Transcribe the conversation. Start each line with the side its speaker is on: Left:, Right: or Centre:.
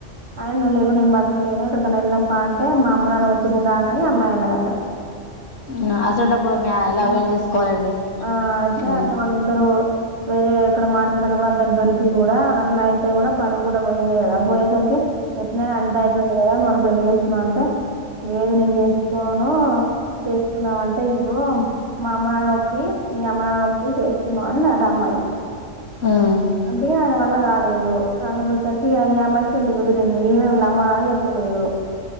Right: ఆయన నువ్వు లేకుంటే నేను బతకలేను. ఎక్కడికన్నా వెళ్దంపా అంటే మా అమ్మ నాన్న ని వదిలి పెట్టి నేను రాను అని ఆ అమ్మాయి అన్నది అంట.
Left: మ్మ్ అసొంటప్పుడు మ్యా లవ్
Right: ఆ
Left: ఏం చేసుకోవాలండి
Right: ఆ అయితే
Left: మ్మ్
Right: అట్లా వాళ్లిద్దరూ వేరే ఎక్కడ మాట్లాడుతన్నా కూడా అందరికి దొరికి కూడా అట్లా అయితే కూడ పరువు కూడా పోయింది కదా. పోయేసరికి ఎట్లైనా అంత అయిపోయింది కదా. మనం పెళ్ళి చేసుకుందాం అంటే లేదు నేను చేసుకోను చేసుకుందాం అంటే ఇప్పుడు మా అమ్మ నాన్నలనొప్పియి మీ అమ్మ నాన్ననొప్పియి చేసు కుందాం అన్నదట అమ్మాయి
Left: మ్మ్
Right: అందుకే ఆయన వల్ల కాలేదు కాకపోయేసరికి ఇగా ఈ అమ్మయి పెళ్లి కుదిరింది. ఈమే వీళ్ళ అమ్మ నాన్నలకు చెప్పలేదు.